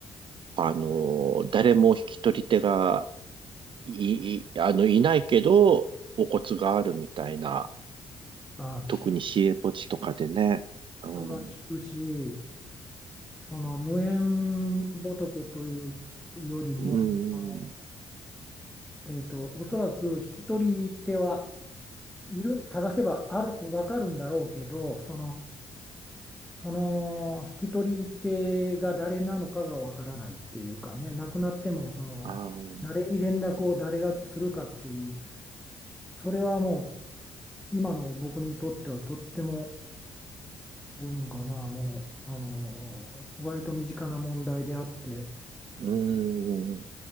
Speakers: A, on the right; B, in the centre.
A: あの、誰も引き取り手がい、いあの、いないけど、お骨があるみたいな、
B: あ、き
A: 特に市営墓地とかでね。うん、
B: これは聞くし、その無縁仏というよりも、
A: うん、
B: そのえーと、おそらく引き取り手はいる、探せばある、分かるんだろうけど、そのその引き取り手が誰なのかがわからないっていうかね、亡くなってもその誰に連絡を誰がするかっていう、
A: あー、
B: それはもう今の僕にとってはとっても、どういうんかな、もう、あの、割と身近な問題であって、
A: うん、